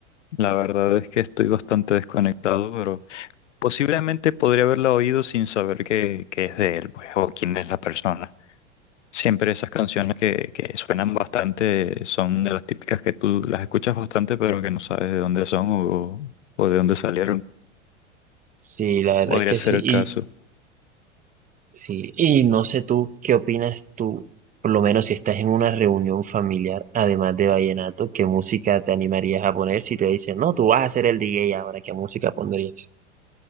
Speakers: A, on the left; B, on the right.
A: la verdad es que estoy bastante desconectado, pero posiblemente podría haberla oído sin saber que, que es de él, pues, o quién es la persona. Siempre esas canciones que, que suenan bastante son de las típicas que tú las escuchas bastante, pero que no sabes de dónde son o, o de dónde salieron.
B: Sí, la verdad
A: Podría
B: es que
A: ser
B: sí.
A: el
B: Y,
A: caso.
B: sí. Y no sé tú, ¿qué opinas tú? Por lo menos si estás en una reunión familiar, además de vallenato, ¿qué música te animarías a poner si te dicen, no, tú vas a ser el DJ ahora, ¿qué música pondrías?